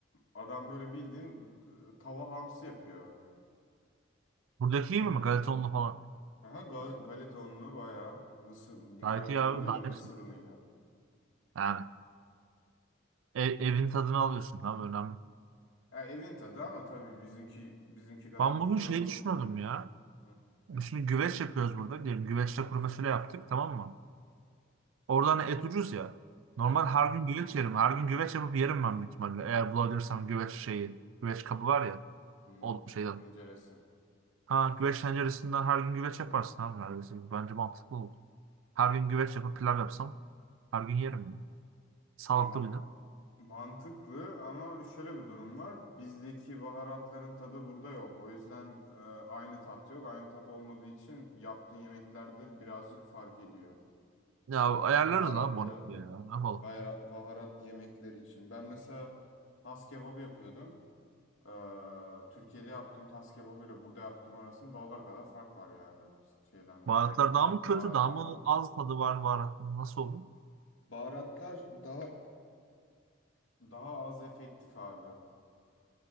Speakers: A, on the left; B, on the right.
A: adam böyle bildiğin e, tava hamsi yapıyor.
B: Buradaki iyi mi? Galetonlu falan.
A: Aha ga galeta ununu bayağı mısır
B: Gayet
A: galeta
B: iyi abi.
A: unu değil
B: Daha
A: de mısır
B: hepsi.
A: unuyla.
B: Yani e- evin tadını alıyorsun abi önemli.
A: Ya evin tadı ama tabii bizimki bizimki kadar
B: Ben
A: güzel
B: bugün şey
A: olmuyor
B: düşünüyordum
A: çünkü.
B: ya.
A: Hı.
B: Şimdi güveç yapıyoruz burada. Diyelim güveçle kuru fasulye yaptık tamam mı? Orada hani et ucuz ya. Normal
A: Evet.
B: her gün güveç yerim. Her gün güveç yapıp yerim ben büyük ihtimalle. Eğer bulabilirsem güveç şeyi. Güveç kabı var ya.
A: Hı.
B: O şeyden.
A: Tenceresi.
B: Ha güveç tenceresinden her gün güveç yaparsın abi neredeyse. Bence mantıklı olur. Her gün güveç yapıp pilav yapsam her gün yerim ya. Sağlıklı
A: Ya ma-
B: bir de.
A: mantıklı ama şöyle bir durum var. Bizdeki baharatların tadı burada yok. O yüzden e, aynı tat yok. Aynı tat olmadığı için yaptığın yemeklerde birazcık fark ediyor.
B: Ya
A: Yani
B: ayarlarız
A: baharatlı
B: abi monitörü ya. Ne yapalım?
A: bayra- baharat yemekler için. Ben mesela tas kebabı yapıyordum. Ee, Türkiye'de yaptığım tas kebabıyla burada yaptığım arasında dağlar kadar fark var yani şeyden dolayı.
B: Baharatlar daha mı kötü
A: Baharatlardan
B: daha mı
A: dolayı.
B: az tadı var baharatın? Nasıl oluyor?
A: Baharatlar daha Daha az efektif abi.